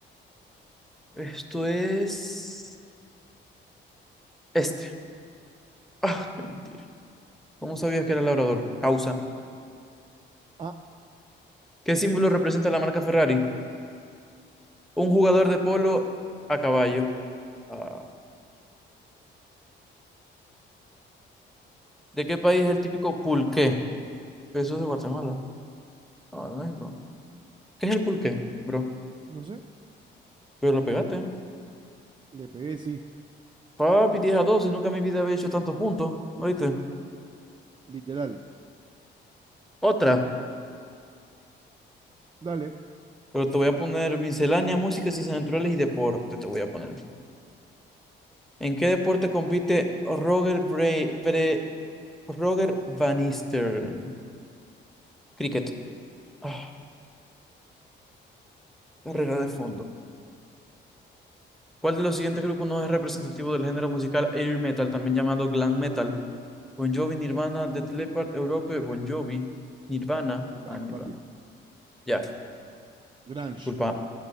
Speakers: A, in the centre; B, on the right.
A: Esto es... Este. Ah, qué mentira. ¿Cómo sabías que era labrador? Causa.
B: Ah,
A: ¿Qué símbolo representa la marca Ferrari? Un jugador de polo a caballo. Ah, ¿De qué país es el típico pulqué? Eso es de Guatemala. Ah, de México. ¿Qué es el pulqué, bro?
B: no sé.
A: Pero lo pegaste.
B: Le pegué, sí.
A: Papi, 10 a 12. Nunca en mi vida había hecho tantos puntos. ¿Oíste?
B: Literal.
A: Otra.
B: Dale.
A: Pero te voy a poner miscelánea, música, ciencias naturales y deporte. Te voy a poner. ¿En qué deporte compite Roger Bray, Pre- Roger Van Eastern? Cricket. Ah, carrera de fondo. ¿Cuál de los siguientes grupos no es representativo del género musical air metal, también llamado glam metal? Bon Jovi, Nirvana, Def Leppard, Europe, Bon Jovi, Nirvana.
B: Silvana,
A: Ah, Nirvana.
B: papi.
A: Ya,
B: Grange.
A: disculpa,